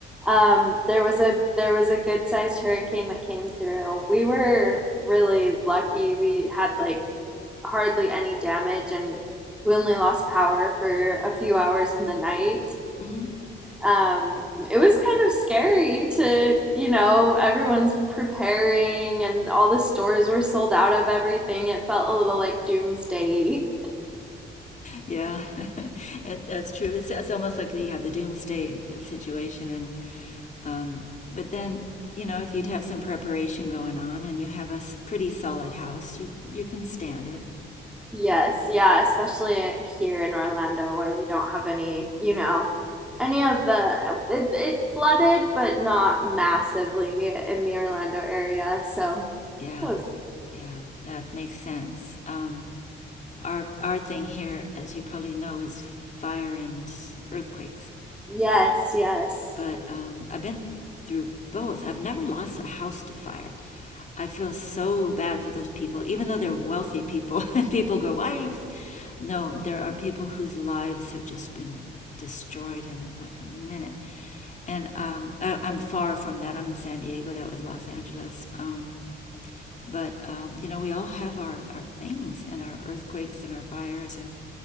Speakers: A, in the centre; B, on the left (about 40°).
A: Um there was a there was a good-sized hurricane that came through. We were really lucky. We had like hardly any damage and we only lost power for a few hours in the night
B: hmm
A: um, it was kind of scary to, you know, everyone's preparing and all the stores were sold out of everything. It felt a little like doomsday.
B: Yeah, <laughs> it, that's true. It's, it's almost like yeah, the doomsday situation, and um, but then you know if you'd have some preparation going on and you have a s- pretty solid house, you you can stand it.
A: Yes, yeah, especially here in Orlando where we don't have any, you know, any of the it, it flooded, but not massively in the Orlando area. So,
B: Yeah,
A: that was-
B: yeah, that makes sense. Um, our our thing here, as you probably know, is fire and earthquakes,
A: yes, yes.
B: But um, I've been through both. I've never lost a house to fire. I feel so bad for those people, even though they're wealthy people. <laughs> people go, why are you? No, there are people whose lives have just been destroyed in like a minute. And um, I, I'm far from that. I'm in San Diego. That was Los Angeles. Um, but um, you know, we all have our, our things and our earthquakes and our fires, and